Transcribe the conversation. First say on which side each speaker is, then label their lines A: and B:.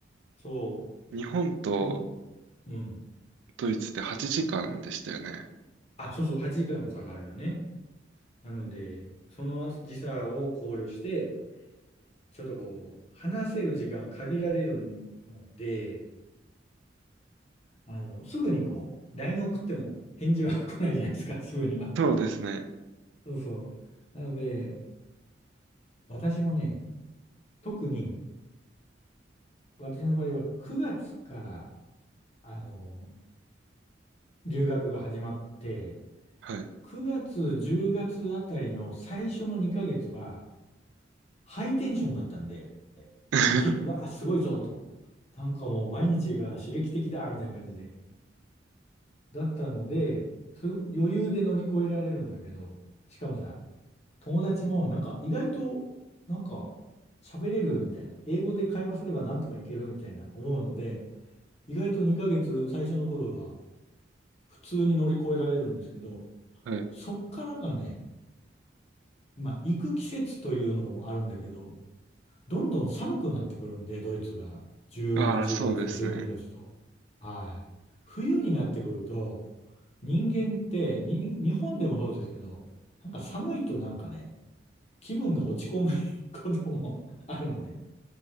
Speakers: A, on the left; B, on the right.
A: そ
B: 日本と
A: う、なん、うん。
B: ドイツって8時間でしたよね。
A: あ、そうそう、8時間差があるよね。なので、その時差を考慮して、ちょっとこう、話せる時間は限られるので、あの、すぐにこう、LINE 送っても返事は <laughs> 来ないじゃないですか、<laughs> すぐには。
B: そうですね。
A: そうそう。なので、私もね、特に、私の場合は9月から、あの、留学が始まって、
B: はい。
A: 9月、10月あたりの最初の2ヶ月は、ハイテンションだったんで、
B: <laughs>
A: いけ、わあ、すごいぞと。なんかもう毎日が刺激的だみたいな感じで。だったので、す余裕で乗り越えられるんだけど、しかもさ、友達もなんか意外となんか喋れるみたいな、英語で会話すればなんとかいけるみたいな思うので、意外と2ヶ月最初の頃は普通に乗り越えられるんですけど、
B: はい。
A: そっからがね、まあ行く季節というのもあるんだけど、どんどん寒くなってくるんで、ドイツが。11月、
B: ああ、そうですね。
A: 12月と。はい。冬になってくると、人間ってに、日本でもそうですけど、なんか寒いとなんかね、気分が落ち込む <laughs> ことも <laughs> あるので、